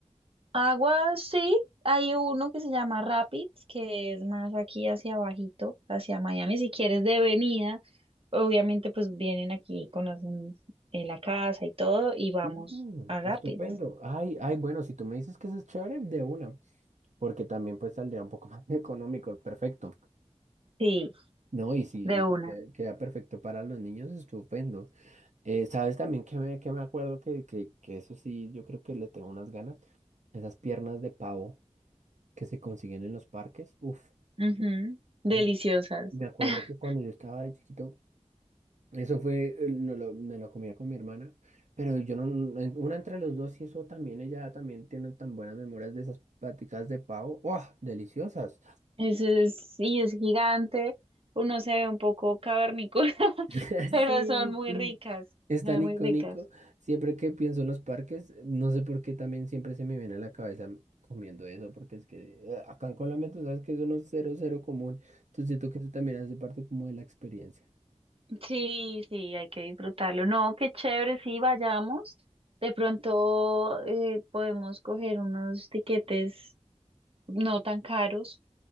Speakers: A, on the right; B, on the right.
A: Agua, sí. Hay uno que se llama Rapids, que es más aquí hacia abajito, hacia Miami. Si quieres de venida, obviamente pues vienen aquí, conocen eh, la casa y todo, y vamos
B: Mm,
A: a Rapids.
B: estupendo. Ay, ay, bueno, si tú me dices que eso es chévere, de una, porque también pues saldría un poco más <laughs> económico, perfecto.
A: Sí,
B: No, y si,
A: de
B: y
A: una.
B: si queda, queda perfecto para los niños, estupendo. Eh, ¿sabes también que me, que me acuerdo que, que, que eso sí, yo creo que le tengo unas ganas? Esas piernas de pavo que se consiguen en los parques. Uf,
A: Ujú. Deliciosas.
B: no. me acuerdo
A: <laughs>
B: que cuando yo estaba de chiquito, Eso fue, eh, no lo, me lo comía con mi hermana, pero yo no, no- en- una entre los dos y eso también, ella también tiene tan buenas memorias de esas pláticas de pavo, ¡guau! Deliciosas.
A: Eso es, y es gigante. Uno se ve un poco cavernícola, <laughs>
B: <laughs>
A: pero
B: Sí,
A: son muy
B: sí.
A: ricas,
B: Es
A: Son
B: tan
A: muy
B: icónico,
A: ricas.
B: siempre que pienso en los parques, no sé por qué también siempre se me viene a la cabeza comiendo eso, porque es que eh, acá en Colombia tú sabes que eso no es cero, cero común, entonces siento que eso también hace parte como de la experiencia.
A: Sí, sí, hay que disfrutarlo. No, qué chévere, sí, vayamos. De pronto eh, podemos coger unos tiquetes no tan caros.